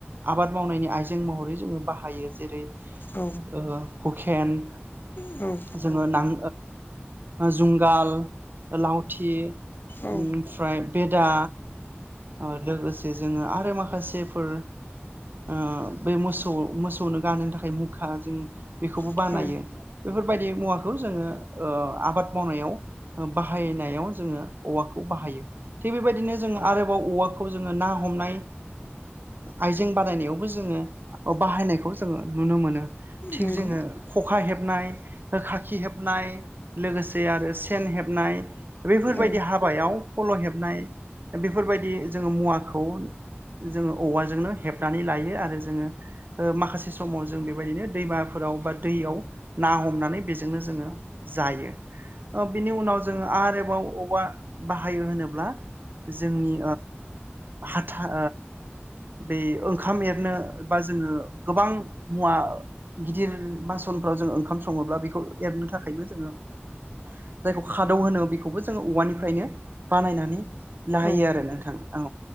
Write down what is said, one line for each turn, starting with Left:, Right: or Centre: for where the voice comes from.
Right: आबाद मावनायनि आइजें महरै जोङो बाहायो जेरै
Left: औ
Right: ओ हुखेन
Left: औ।
Right: जोङो नां ओ जुंगाल लावथि
Left: औ
Right: ओमफ्राय बेदा ओ लोगोसे जोङो आरो माखासेफोर ओ बे मोसौ-मोसौनो गानहोनो थाखाय मुखा जों बेखौबो
Left: औ
Right: बानायो।
Left: औ
Right: बेफोरबायदि मुवाखौ जोङो ओ आबाद मावनायाव बाहायनायाव जोङो औवाखौ बाहायो थिग बेबायदिनो जों आरो औवाखौ जोङो ना हमनाय आइजें बादायनायावबो जोङो बाहायनायखौ जोङो नुनो मोनो। थिग
Left: नंगौ
Right: जोङो खखा हेबनाय खाखि हेबनाय। लोगोसे आरो सेन हेबनाय बेफोरबायदि
Left: औ
Right: हाबायाव फल' हेबनाय बेफोरबायदि जोङो मुवाखौ जोङो औवाजोंनो हेबनानै लायो आरो जोङो माखासे समाव जों बेबायदिनो दैमाफोराव बा दैयाव ना हमनानै बेजोंनो जोङो जायो बिनि उनाव जोङो आरोबाव औबवा बाहायो होनोब्ला जोंनि हाथा बे ओंखाम एरनो बा जोङो गोबां मुवा गिदिर बासनफ्राव जोंङो ओंखाम सङोब्ला बेखौ एरनो थाखायबो जोङो जायखौ खादौ होनो बेखौबो जोङो औवानिफ्रायनो बानायनानै लाहायो
Left: औ
Right: आरो नोंथां औ